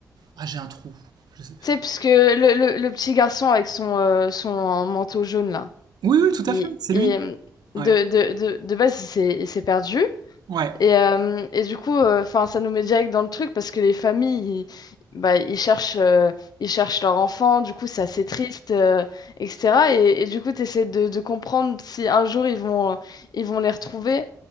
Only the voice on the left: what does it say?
Tu sais, puisque le, le, le petit garçon avec son, euh, son manteau jaune, là,
et,
et,
hum, de,
de, de, de base, il s'est il s'est perdu.
Et, euh, et du coup, euh, enfin, ça nous met direct dans le truc parce que les familles, ils, bah, ils cherchent, euh, ils cherchent leur enfant, du coup, c'est assez triste, euh, etc. Et, et du coup, tu essaies de, de comprendre si un jour ils vont, euh, ils vont les retrouver.